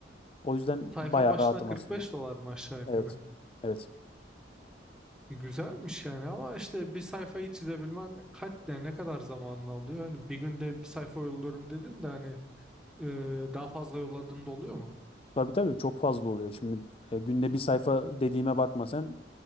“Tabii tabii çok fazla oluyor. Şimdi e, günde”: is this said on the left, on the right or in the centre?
Left